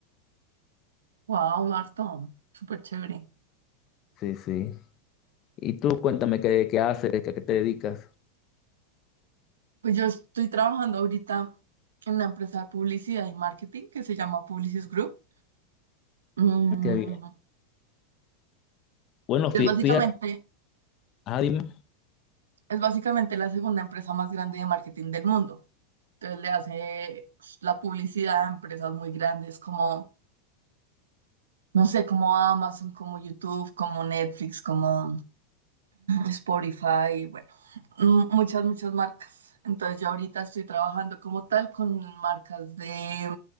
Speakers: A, on the right; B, on the left.
A: Wow, harto. Súper chévere.
B: Sí, sí. Y tú cuéntame qué, qué haces, a qué te dedicas.
A: Pues yo estoy trabajando ahorita en una empresa de publicidad y marketing que se llama Publicis Group. Mm,
B: Qué bien. Bueno,
A: es
B: fí-
A: básicamente
B: fíjate, ah, dime.
A: Es básicamente la segunda empresa más grande de marketing del mundo. Entonces le hace pues, la publicidad a empresas muy grandes como, no sé, como Amazon, como YouTube, como Netflix, como Spotify, bueno, m- muchas, muchas marcas. Entonces yo ahorita estoy trabajando como tal con marcas de,